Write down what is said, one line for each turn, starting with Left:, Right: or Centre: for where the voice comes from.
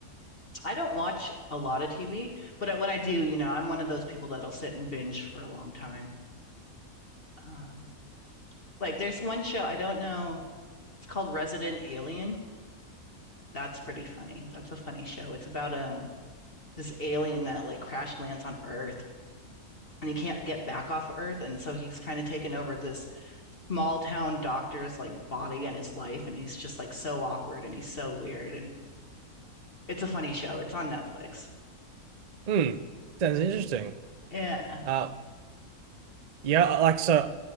Left: I don't watch a lot of TV, but I- when I do, you know, I'm one of those people that'll sit and binge for a long time. Um, like, there's one show I don't know. It's called Resident Alien. That's pretty funny. That's a funny show. It's about um this alien that like crash lands on Earth and he can't get back off of Earth, and so he's kind of taken over this small town doctor's like body and his life and he's just like so awkward and he's so weird and it's a funny show. It's on Netflix.
Right: Hmm, sounds interesting.
Left: Yeah.
Right: Uh, yeah, like so,